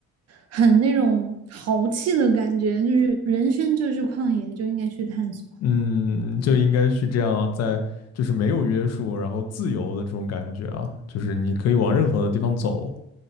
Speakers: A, on the right (about 55°); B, on the left (about 60°).
A: 很那种豪气的感觉，就是人生就是旷野，就应该去探索。
B: 嗯，就应该是这样在，就是没有约束，然后自由的这种感觉啊，就是你可以往任何的地方走